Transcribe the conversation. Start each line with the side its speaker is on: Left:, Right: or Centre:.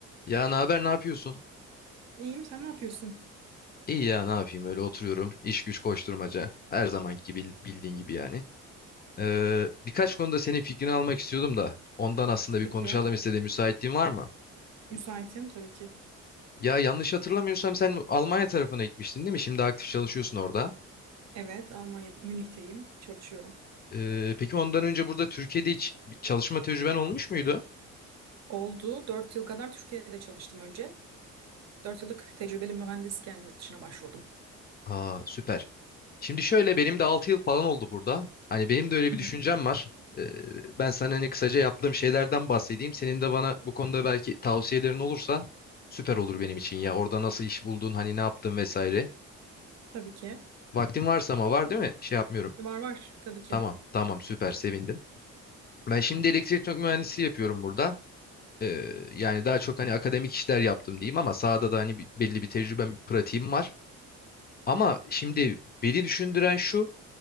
Left: Ya ne haber, ne yapıyorsun?
Right: İyiyim, sen ne yapıyorsun?
Left: İyi ya ne yapayım öyle oturuyorum. İş güç koşturmaca. Her zamanki gibi bildiğin gibi yani. Ee, birkaç konuda senin fikrini almak istiyordum da ondan aslında
Right: Tabii
Left: bir konuşalım
Right: ki.
Left: istedim. Müsaitliğin var mı?
Right: Müsaitim tabii ki.
Left: Ya yanlış hatırlamıyorsam sen Almanya tarafına gitmiştin değil mi? Şimdi aktif çalışıyorsun orada.
Right: Evet, Almanya'da, Münih'teyim. Çalışıyorum.
Left: Ee, peki ondan önce burada Türkiye'de hiç bir çalışma tecrüben olmuş muydu?
Right: Oldu. 4 yıl kadar Türkiye'de çalıştım önce. Dört yıllık tecrübeli mühendisken yurt dışına başvurdum.
Left: Aa süper. Şimdi şöyle benim de 6 yıl falan oldu burada. Hani benim de öyle
Right: Hı
Left: bir düşüncem
Right: hı.
Left: var. Ee, ben sana hani kısaca yaptığım şeylerden bahsedeyim. Senin de bana bu konuda belki tavsiyelerin olursa süper olur benim için ya. Orada nasıl iş buldun, hani ne yaptın vesaire.
Right: Tabii ki.
Left: Vaktin varsa ama var değil mi? Şey yapmıyorum.
Right: Var var, tabii ki.
Left: Tamam, tamam süper sevindim. Ben şimdi elektrik mühendisi yapıyorum burada. Ee, yani daha çok hani akademik işler yaptım diyeyim ama sahada da hani bir- belli bir tecrübem, pratiğim var. Ama şimdi beni düşündüren şu.